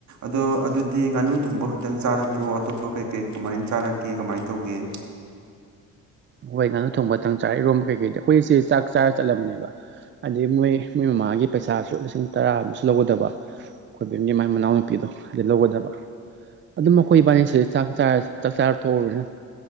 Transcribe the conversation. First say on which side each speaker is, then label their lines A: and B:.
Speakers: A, on the right; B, on the right.
A: ꯑꯗꯣ ꯑꯗꯨꯗꯤ ꯉꯥꯅꯨ ꯊꯣꯡꯕ ꯈꯛꯇꯪ ꯆꯥꯔꯛꯄ꯭ꯔꯣ ꯑꯇꯣꯞꯄ ꯀꯩ ꯀꯩ ꯀꯃꯥꯏꯅ ꯆꯥꯔꯛꯀꯦ ꯀꯃꯥꯏꯅ ꯇꯧꯒꯦ
B: ꯍꯣꯏ ꯉꯥꯅꯨ ꯊꯣꯡꯕ ꯇꯪ ꯆꯥꯔꯦ ꯏꯔꯣꯝꯕ ꯀꯩꯀꯩꯗꯤ ꯑꯩꯈꯣꯏꯁꯦ ꯆꯥꯛ ꯆꯥꯔ ꯆꯠꯂꯕꯅꯦꯕ ꯍꯥꯏꯗꯤ ꯃꯣꯏ ꯃꯣꯏ ꯃꯃꯥꯒꯤ ꯄꯩꯁꯥꯁꯨ ꯂꯤꯁꯤꯡ ꯇꯔꯥ ꯑꯃꯁꯨ ꯂꯧꯒꯗꯕ ꯈꯣꯏꯕꯦꯝꯒꯤ ꯃꯥꯏ ꯃꯅꯥꯎꯅꯨꯄꯤꯗꯣ ꯑꯗꯩꯩ ꯂꯧꯒꯗꯕ ꯑꯗꯨꯝ ꯃꯈꯣꯏ ꯏꯕꯥꯅꯤꯁꯤ ꯆꯥꯛ ꯆꯔ ꯆꯥꯛ ꯆꯥꯔ ꯊꯣꯛꯎꯕꯅꯤꯅ